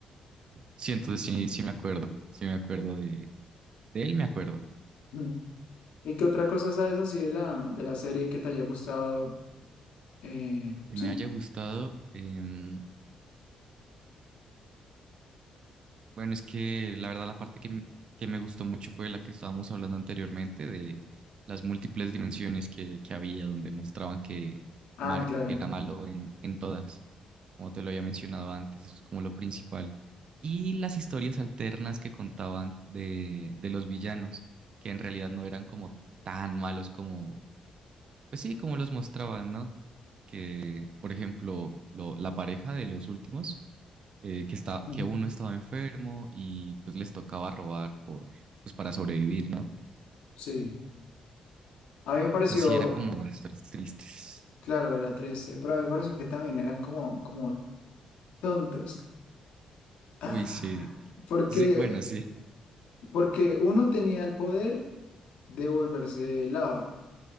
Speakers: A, on the right (about 50°); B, on the left (about 80°).
A: Sí, entonces sí, sí me acuerdo. Sí me acuerdo de, de él, me acuerdo.
B: Ujú. ¿Y qué otra cosa sabes así de la, de la serie que te haya gustado? Eh,
A: Que
B: sí.
A: me haya gustado. em, Bueno, es que la verdad la parte que, m- que me gustó mucho fue la que estábamos hablando anteriormente de las múltiples dimensiones que, que había, donde mostraban que
B: Ah,
A: Mark
B: claro.
A: era malo en, en todas, como te lo había mencionado antes, eso es como lo principal. Y las historias alternas que contaban de, de los villanos, que en realidad no eran como tan malos como, pues sí, como los mostraban, ¿no? Que, por ejemplo, lo- la pareja de los últimos eh, que está,
B: Mm.
A: que uno estaba enfermo y pues les tocaba robar por, pues para sobrevivir, ¿no?
B: Sí. A mí me pareció,
A: Entonces sí eran como historias tristes.
B: claro, era 13, pero a mí me pareció que también eran como, como tontos. Ah,
A: Uy, sí.
B: Porque,
A: Sí, bueno, sí,
B: porque uno tenía el poder de volverse lava.